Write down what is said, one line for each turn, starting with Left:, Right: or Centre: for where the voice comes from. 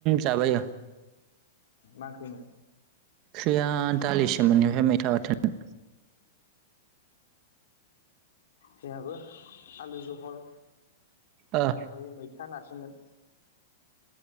Right: जाबाय ओ।
Left: मा ओंख्रिमोन?
Right: ओंख्रिया दालिमोन इनिफ्राय मैथा बाथोन।
Left: जोंहाबो आलु जहल
Right: ओ अ
Left: आमफाय मै था नासोमोन।